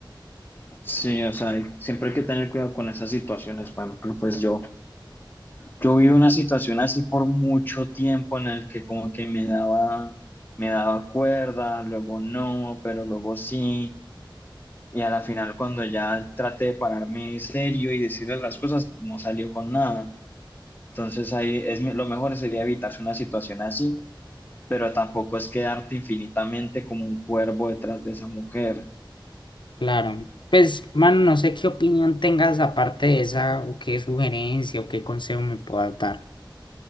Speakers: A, on the left (about 25°); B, on the left (about 65°).
A: Sí, o sea, siempre hay que tener cuidado con esas situaciones. Por ejemplo, pues yo Yo viví una situación así por mucho tiempo en el que como que me daba, me daba cuerda, luego no, pero luego sí. Y a la final cuando ya traté de pararme serio y decirle las cosas, no salió con nada. Entonces ahí es me- lo mejor sería evitarse una situación así, pero tampoco es quedarte infinitamente como un cuervo detrás de esa mujer.
B: Claro, pues, mano, no sé qué opinión tengas aparte de esa, o qué sugerencia, o qué consejo me puedas dar.